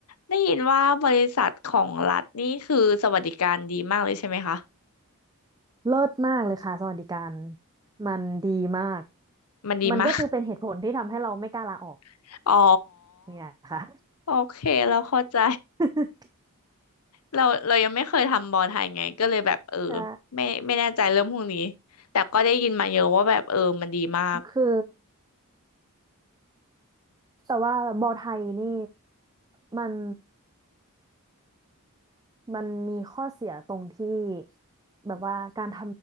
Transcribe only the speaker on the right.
ๆเลิศมากเลยค่ะสวัสดิการมันดีมาก
มันก็คือเป็นเหตุผลที่ทำให้เราไม่กล้าลาออก
เนี่ยค่ะ
<laughs>
ใช่
คือ แต่ว่าบอไทยนี่มันมันมีข้อเสียตรงที่แบบว่าการท